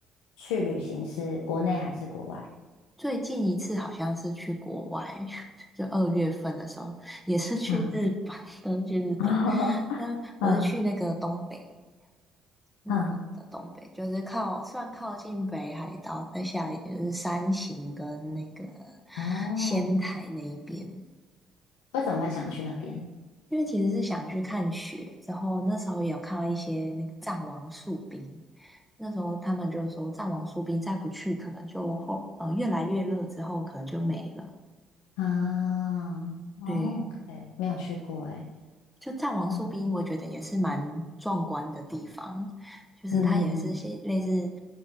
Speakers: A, on the left; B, in the centre.
A: 去旅行是国内还是国外？
B: 最近一次好像是去国外，<laughs> 就二月份的时候，也是去日本，
A: 啊，
B: <laughs> 都是去日本。
A: <laughs>
B: 那我是去那个东北，
A: 嗯
B: 日本的东北，
A: 嗯，
B: 就是靠算靠近北海道，再下来就是山形跟那个
A: 哦，
B: 仙台那一边。
A: 为什么会想去那边？
B: 因为其实是想去看雪，之后那时候也有看到一些那个藏王树冰，那时候他们就说藏王树冰再不去，可能就后呃越来越热之后可能就没了。
A: 啊，哦，OK，
B: 对，
A: 没有去过哎。
B: 就藏王树冰，
A: 哦，
B: 我觉得也是蛮壮观的地方，就是它也是些类似，
A: 嗯